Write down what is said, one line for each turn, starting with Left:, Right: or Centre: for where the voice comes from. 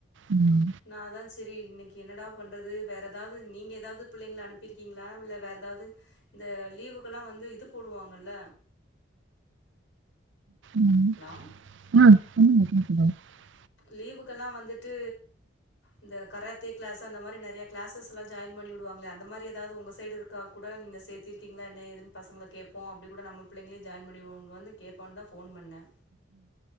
Right: ம்.
Left: நா அதான் செரி என்னட பண்றது வேற ஏதாவது நீங்க ஏதாவது புள்ளைங்கள அனுப்பருக்கீளா இல்ல வேற ஏதாவது லீவுக்கெல்லாம் வந்து வித்து போடுவாங்கல
Right: ம்.
Left: ஹலோ
Right: <unintelligible>
Left: லீவுக்கெல்லா வந்துட்டு இந்த கராத்தே கிளாஸ் அந்த மாரி நெறையா கிளாஸஸ்லா ஜாயின் பண்ணிவிடுவாங்களே அந்த மாரி ஏதாவது உங்க சைடு இருக்கா கூட நீங்க சேத்திருக்கீங்களா என்ன ஏதுன்னு பசங்கள கேட்போ அப்டி கூட நம்ம பிள்ளைங்களே ஜாயின் பண்ணிவிவோ வந்து கேப்பான்தா போன் பண்ணே